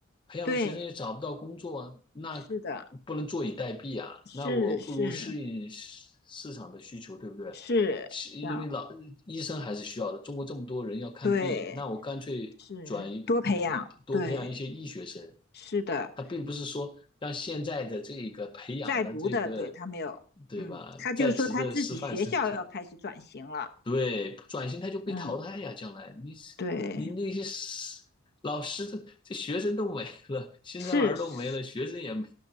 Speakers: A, on the left (about 25°); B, on the left (about 50°).
A: 培养的学生也找不到工作啊，
B: 对，
A: 那
B: 是的，
A: 不能坐以待毙啊，
B: 是是
A: 那我不如适应市市场的需求，对不对？
B: 是，
A: 是因为老医生还是需要的，
B: 这样
A: 中国这么多人要看病，
B: 对，
A: 那我干脆转移
B: 是多培养，
A: 多培养一些医学生，
B: 对，是的，
A: 它并不是说让现在的这个培养的这个，
B: 在读的，对他没有，
A: 对吧，
B: 嗯，他就说他自己学校要开始转型了，
A: 在职的师范生转，对，不转型他就被淘汰呀，
B: 嗯，
A: 将来你
B: 对，
A: 你那些师老师的这学生都没了，新生儿都没了，
B: 是是，
A: 学生也没，